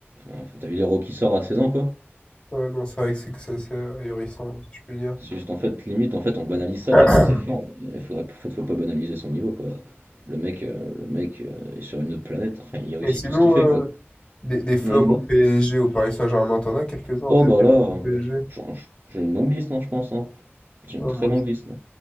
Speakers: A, on the right (about 50°); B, on the left (about 25°).
A: Enfin, t'as vu l'héros qui sort à 16 ans, quoi?
B: Ouais, non, c'est vrai que c'est que c'est assez ahurissant, si je puis dire.
A: C'est juste, en fait, limite, en fait, on banalise ça
B: <clears throat>
A: tellement c'est fort. Il faudrait, en fait, faut pas banaliser son niveau, quoi. Le mec, euh, le mec euh, est sur une autre planète. Enfin, il réussit
B: Et sinon,
A: tout ce qu'il fait,
B: euh,
A: quoi.
B: des, des flops
A: Non, dis-moi.
B: au PSG, au Paris Saint-Germain, t'en as quelques-uns
A: Oh,
B: en tête
A: bah
B: des
A: là,
B: flops au
A: euh,
B: PSG?
A: j'en- j'ai une longue liste, non, je pense, hein. J'ai
B: Ah,
A: une très
B: moi
A: longue
B: aussi.
A: liste, non?